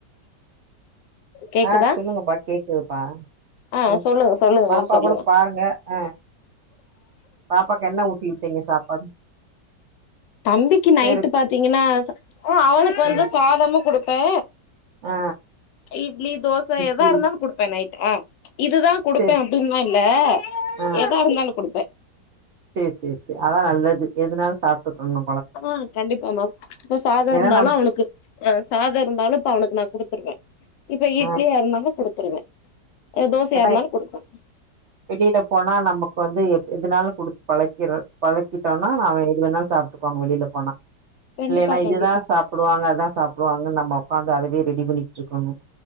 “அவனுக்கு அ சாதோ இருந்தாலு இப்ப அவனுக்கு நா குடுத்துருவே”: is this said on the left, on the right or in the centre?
Left